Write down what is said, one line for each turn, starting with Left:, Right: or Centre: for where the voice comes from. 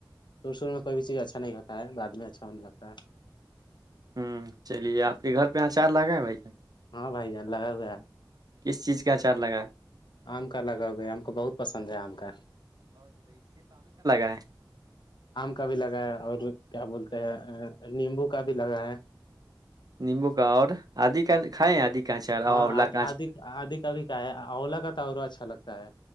Left: سور سور میں کوئی بھییز اچھا نہیں ہے تھا بعد میں اچھا ہونے لگتا ہے
Right: ہوں چلیے آپ کے گھر پہ اچار لاکگا ہے بھائی ج
Left: ہاں بھائی جان لگا ہو گا
Right: کس چیز کا اچار لگائ
Left: آم کا لگا ہو گیا ہم کو بہت پسند ہے آم کا
Right: بائے
Left: آم کا بھی لگا ہے اور کیا بولتے ہیں نیمبو کا بھی لگا ہے
Right: نمبو کا اور آدھی کا کھائیں آدھی کانچا
Left: ہاں
Right: اولا
Left: آد
Right: کانچ
Left: آد کا بھی کا ہے اولا کا تورا اچھا لگتا ہے